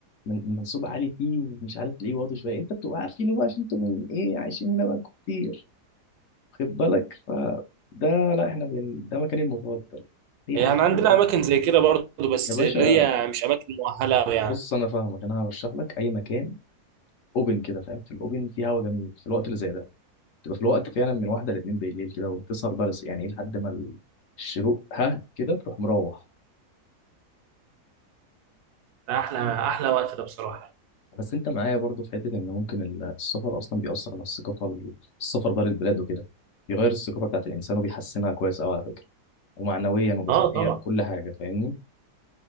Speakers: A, on the left (about 65°); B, on the right (about 80°).
A: من منسوب عالي فيه ومش عارف تلاقيه واطي شويه انت بتبقى عارفينه بقى عشان انتوا من ايه عايشين هنا بقى كتير خد بالك فده لا احنا بن... ده مكاني المفضل اي
B: يعني
A: حاجه لها
B: عندنا
A: علاقة بال-
B: اماكن زي كده برضو بس
A: يا باشا
B: اللي هي مش اماكن مؤهله أوي يعني
A: بص انا فاهمك انا هرشح لك اي مكان اوبن كده فاهم في الاوبن في هوا جميل في الوقت اللي زي ده تبقى في الوقت فعلا من واحده لاتنين بالليل كده وتسهر بقى لس- يعني ايه لحد ما ال- الشروق ها كده تروح مروح
B: احلى احلى وقت ده بصراحه
A: بس انت معايا برضو في حته ان ممكن ال- السفر اصلا بيأثر على الثقافه ال- السفر بقى للبلاد وكده بيغير الثقافه بتاعت الانسان وبيحسنها كويس قوي على فكره ومعنويا وجسديا
B: اه طبعا
A: كل حاجه فاهمني